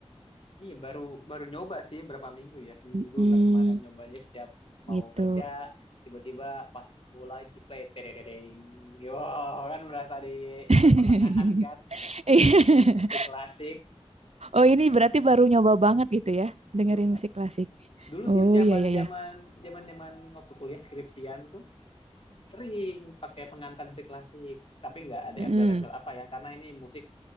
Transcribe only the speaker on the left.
iya baru baru nyoba sih berapa minggu ya seminggu
lah kemarin nyobanya setiap mau
kerja tiba-tiba pas bola di play tedededeng yo kan berasa di
abad pertengahan kan diiringi
musik klasik
baru
nyoba
dulu sih
zaman
zaman
zaman zaman waktu kuliah skripsian tuh Sering pakai pengantar musik klasik, tapi nggak ada
embel-embel
apa ya, karena ini musik